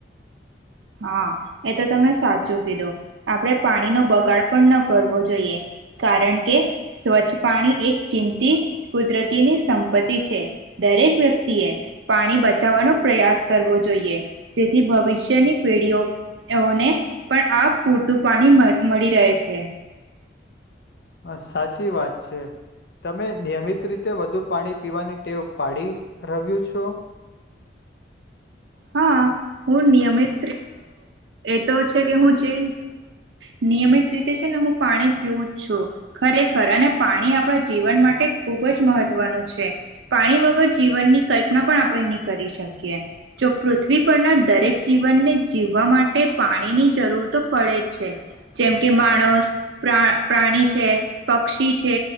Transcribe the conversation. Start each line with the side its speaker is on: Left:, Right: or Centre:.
Right: હા એ તો તમે સાચું કીધું આપણે પાણીનો બગાડ પણ ન કરવો જોઈએ કારણ કે સ્વચ્છ પાણી એક કિંમતી કુદરતીની સંપત્તિ છે દરેક વ્યક્તિએ પાણી બચાવવાનો પ્રયાસ કરવો જોઈએ જેથી ભવિષ્યની પેઢીઓને પણ આ પૂરતું પાણી મળી રહે છે
Left: હ સાચી વાત છે તમે નિયમિત રીતે વધુ પાણી પીવાની ટેવ પાડી રહવ્યું છો
Right: હા હું નિયમિત એ તો છે કે હું જે નિયમિત રીતે છે ને હું પાણી પીવું જ છું ખરેખર અને પાણી આપણા જીવન માટે ખૂબ જ મહત્વનું છે પાણી વગર જીવનની કલ્પના પણ આપણે નહી કરી શકીએ જો પૃથ્વી પરના દરેક જીવનને જીવવા માટે પાણીની જરૂર તો પડે જ છે જેમ કે માણસ પ્રા પ્રાણી છે પક્ષી છે